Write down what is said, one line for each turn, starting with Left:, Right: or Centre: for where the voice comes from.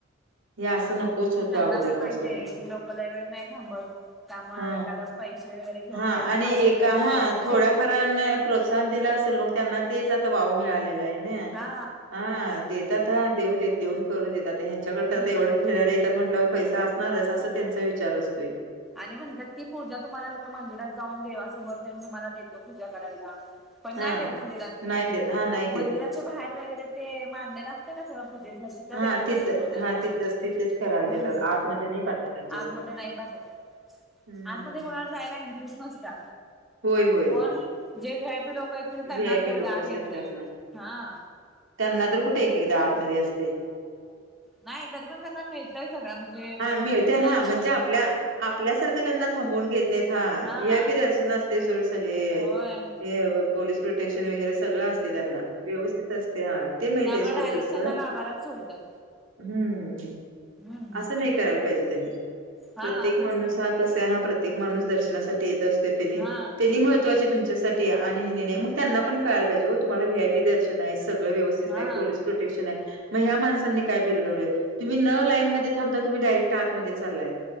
Right: हे अस नकोच होत
Centre: त्यांना
Right: अगोदरपसून.
Centre: पण माहित आहे की लोक लय वेळ नाही थांबत त्यामुळे
Right: हा
Centre: एखादा पैसे वगैरे घेऊन
Right: हा
Centre: काहीतरी
Right: आणि
Centre: पास वगैरे
Right: एका हा
Centre: दिला की
Right: थोड्या
Centre: घेतात
Right: फार प्रोत्साहन दिला असेल मग त्यांना तेच आता वाव मिळालेलं आहे ना.
Centre: हा
Right: ह देतात देऊ देत देऊन करू देत. आता ह्यांच्याड
Centre: हम्म
Right: तर आता एवढे फिरायला येतात म्हटल्यावर पैसा असणारच. असा त्यांचा विचार असतोय.
Centre: आणि म्हणतात की पूजा तुम्हाला देतो. मंदिरात जाऊन देवासमोर त्यांनी तुम्हाला देतो पूजा करायला. पण
Right: हा
Centre: नाही ते मंदिरातेन.
Right: नाही देत हा नाही
Centre: मंदिराच्या
Right: देत
Centre: बाहेर वगैरे ते मांडलेलं असते ना सगळ पूजेच तिथ
Right: हा
Centre: देतात
Right: तिथं
Centre: ते पूजा
Right: हा
Centre: करायला.
Right: तिथंच तिथेच करायला देतात
Centre: हम्म
Right: आतमध्ये नाही पाठवत अजिबात.
Centre: आतमध्ये नाही पाठवत.
Right: हम्म.
Centre: आतमध्ये कुणाला जायला एंट्रेट नसत्या.
Right: होय होय
Centre: पण जे व्हीआय पी लोक आहेत
Right: व्ही
Centre: त्यांनाच
Right: आय पी
Centre: तेवढं
Right: लोक
Centre: आत
Right: असतात
Centre: एंट्री
Right: त्यांना
Centre: <inaudible> हा.
Right: त्यांना तर कुठे एक-एकदा आतमध्ये असते.
Centre: नाही तरी पण त्यांना मिळतय सगळं म्हणजे
Right: हा मिळते
Centre: दर.
Right: हा म्हणजे आपल्या आपल्यासारखं त्यांना थांबवून घेत नाहीत हा
Centre: हा
Right: व्ही आय पी दर्शन असते सोड सगळे
Centre: होय
Right: ते. पोलीस प्रोटेक्शन वगैरे सग सगळ असतय त्यांना व्यवस्थित असतय हा ते माहित
Centre: त्यामुळे
Right: आहे सोड
Centre: डायरेक्ट
Right: तस.
Centre: त्यांना
Right: <inaudible>
Centre: गाभाऱ्यात सोडतात.
Right: हम्म <inaudible>
Centre: हम्म
Right: असं नाही कराल पाहिजे त्यांनी
Centre: हा
Right: प्रत्येक
Centre: तेच
Right: माणूस
Centre: की
Right: हा कसा आहे हा प्रत्येक माणूस दर्शनासाठी येत असतो. त्यांनी
Centre: हा
Right: त्यांनी महत्वाची
Centre: ती
Right: तुमच्यासाठी आणि नेत्या मग त्यांना पण कळायला पाहिजे ओ तुम्हाला व्ही आय पी दर्शन आहे. सगळं व्यवस्थित
Centre: हा
Right: आहे पोलीस प्रोटेक्शन ए. प्रोटेक्शन आहे मग ह्या माणसांनी काय बिघडवलय? तुम्ही न लाईनमध्ये थांबता तुम्ही डायरेक्ट आतमध्ये चाललाय.